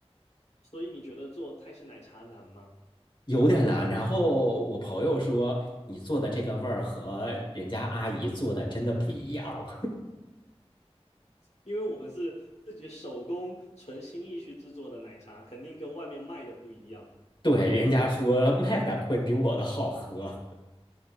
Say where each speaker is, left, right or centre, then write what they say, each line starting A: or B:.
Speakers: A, on the left; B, on the left.
A: 所以你觉得做泰式奶茶难吗？
B: 有点难。然后我朋友说，你做的这个味儿和人家阿姨做的真的不一样，
A: 因为我们是自己手工纯心意去制作的奶茶，肯定跟外面卖的不一样。
B: <laughs> 对，人家说 <laughs> 卖的会比我的好喝，